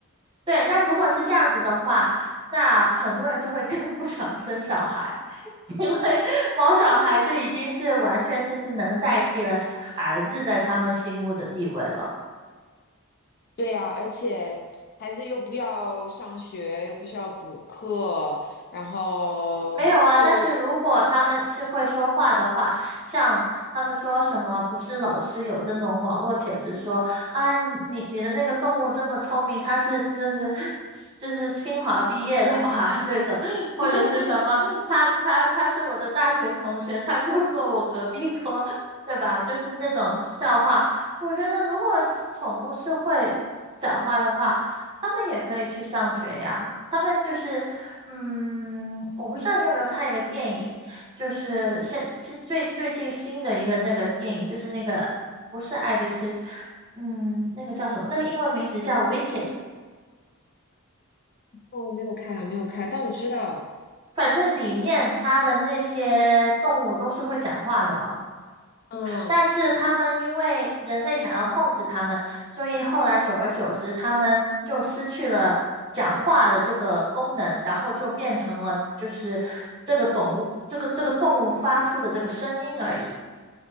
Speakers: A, on the right; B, on the left.
A: 对，那如果是这样子的话，那很多人就会更 <laughs> 不想生小孩。<laughs> 因为毛小孩就已经是完全是是能代替了孩子在他们心目的地位了。
B: 对啊对呀，而且孩子又不要上学，又不需要补课，然后就，
A: 没有啊，但是如果他们是会说话的话，像他们说什么，不是老是有这种网络帖子说啊，你你的那个动物这么聪明，它是就是就是清华毕业的吧？<laughs> 这种，
B: <laughs>
A: 或者是什么，他他他是我的大学同学，他就坐我隔壁桌，对吧？就是这种笑话，我觉得如果是宠物是会讲话的话。他们也可以去上学呀。他们就是，嗯，我不知道你有没有看一个电影，就是现是最最近新的一个那个电影，就是那个不是爱丽丝，嗯，那个叫什么？那个英文名字叫《Wicked》，
B: 我没有看，没有看，但我知道，
A: 反正里面它的那些动物都是会讲话的嘛。
B: 嗯
A: 但是他们因为人类想要控制他们，所以后来久而久之，他们就失去了讲话的这个功能，然后就变成了就是这个动物这个这个动物发出的这个声音而已。